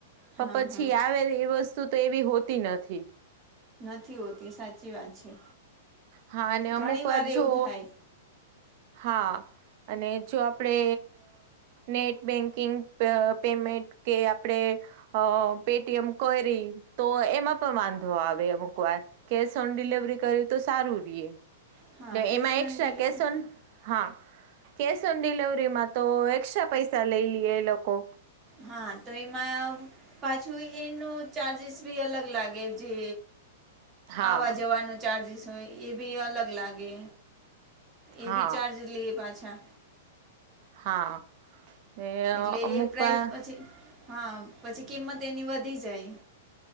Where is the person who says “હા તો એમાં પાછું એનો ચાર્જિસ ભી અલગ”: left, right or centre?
Right